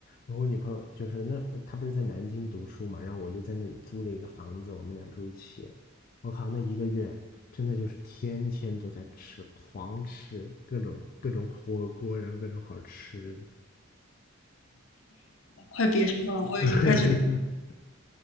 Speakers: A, on the left; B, on the left.
A: 我和我女朋友就是那呃她不是在南京读书嘛，然后我就在那里租了一个房子，我们俩住一起。我靠，那一个月真的就是天天都在吃，狂吃各种各种火锅，然后各种好吃的。
B: 快别说了，我已经开始
A: <laughs>